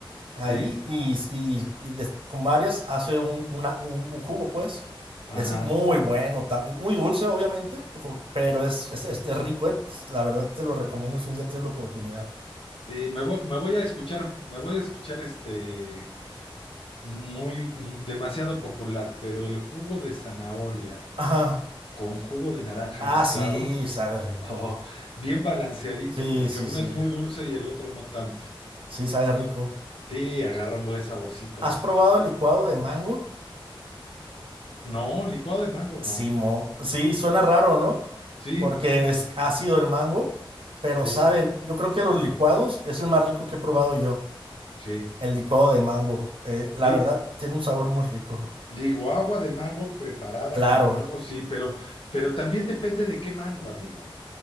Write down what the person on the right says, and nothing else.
ahí
y, y- y des- con varias hace un, una- un- un jugo, pues.
Es muy bueno, tam- y muy dulce, obviamente, pero pero es, es, es- es rico, eh. La verdad te lo recomiendo si un día tienes la oportunidad.
Ajá.
Ah,
sí, sabe rico.
Sí,
sí,
sí.
Sí, sabe rico.
¿Has
probado el licuado de mango?
Sí,
mo. Sí, suena raro, ¿no?
Porque
es
ácido el mango, pero
sabe, yo creo que los licuados es el más rico que he probado yo,
el licuado de mango. Eh,
la verdad, tiene un sabor muy rico.
Claro.